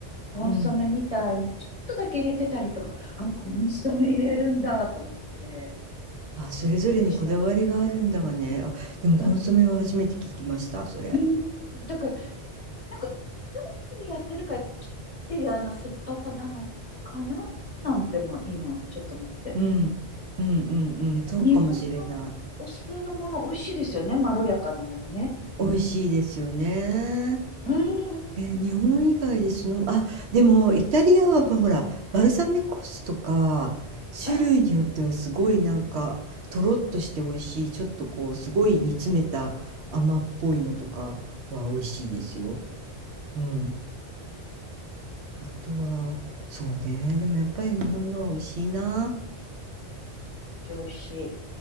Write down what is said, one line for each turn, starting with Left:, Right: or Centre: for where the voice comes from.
Left: コンソメみたいのちょっとだけ入れてたりとか、
Right: うん。
Left: あのコンソメ入れるんだと思って、
Right: あ、
Left: 私びっくりしたり。
Right: それぞれにこだわりがあるんだわね。あ、でもコンソメは初めて聞きました、
Left: うん、
Right: それ。
Left: うんだから、なんか、酢だけでやってるから、切っていうあの酸っぱさなのかななんても今、ちょっと思って。
Right: うん。うんうんうん。そうかもしれない。
Left: 日本のお酢のもの美味しいですよね。まろやかなものね。
Right: 美味しいですよね。
Left: うん。
Right: えー日本以外でその、あ、でもイタリアはほら、
Left: う
Right: バルサミコ酢とか、
Left: あ、
Right: 種類によってはすごいなんか、とろっとして美味しい、ちょっとこう、すごい煮詰めた甘っぽいのとかは美味しいですよ。
Left: うん。美味
Right: うん。あとは、そうね、でもやっぱり日本のは美味しいな。
Left: しい、美味しい。